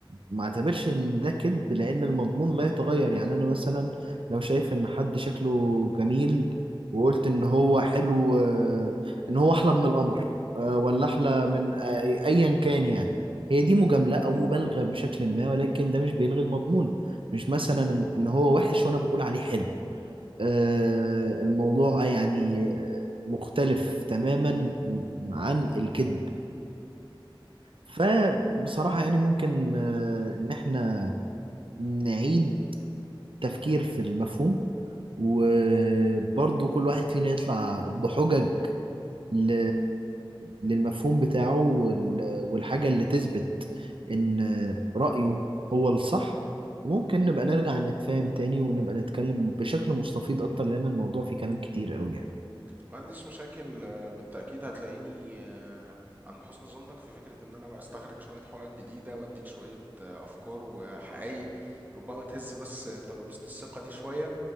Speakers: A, on the right; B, on the right.
A: ما اعتبرش ان ده كذب لان المضمون لا يتغير يعني انا مثلا لو شايف ان حد شكله جميل وقلت ان هو حلو آه، ان هو احلى من القمر آه، ولا احلى من آه، ايا كان يعني هي دي مجاملة او مبالغة بشكل ما ولكن ده مش بيلغي المضمون مش مثلا ان هو وحش وانا بقول عليه حلو آه، الموضوع يعني آه، مختلف تماما عن الكذب فبصراحة يعني ممكن آه، إن إحنا نعيد تفكير في المفهوم وبرضه كل واحد فينا يطلع بحجج ل... للمفهوم بتاعه وال... والحاجة اللي تثبت إن رأيه هو الصح وممكن نبقى نرجع نتفاهم تاني ونبقى نتكلم بشكل مستفيض أكتر لأن الموضوع فيه كلام كتير أوي يعني
B: ما عنديش مشاكل آه، بالتأكيد هتلاقيني آه، عند حسن ظنك في فكرة إن أنا بقى أستخرج شوية حقائق جديدة وأديك شوية آه، أفكار وحقائق ربما تهز بس آه، ترابيزة الثقة دي شوية